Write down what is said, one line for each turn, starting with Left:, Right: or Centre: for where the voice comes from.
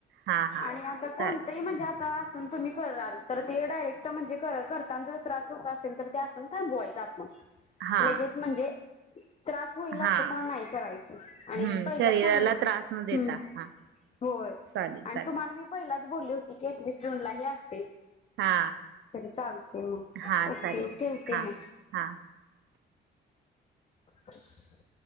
Right: हा हा
Left: आणि आता कोणतंही
Right: चालेल
Left: म्हणजे तासन तुम्ही कराल तर ते येडा एकटा म्हणजे कर करताना जर त्रास होत असेल तर ते असन थांबवायचं
Right: हा
Left: लगेच म्हणजे त्रास होईल असं
Right: हा
Left: पण नाही करायचं आणि
Right: हम्म
Left: पहिलं
Right: शरीराला
Left: चांगलं
Right: त्रास न देता
Left: ह्
Right: हा
Left: <unintelligible> होय
Right: चालेल चालेल
Left: आणि तुम्हाला मी पहिलाच बोलली होती की एक वीस जूनलाही अस
Right: हा
Left: जर चालते मग
Right: हा
Left: ओके
Right: चालेल
Left: ठेवते
Right: हा
Left: मग.
Right: हा
Left: ह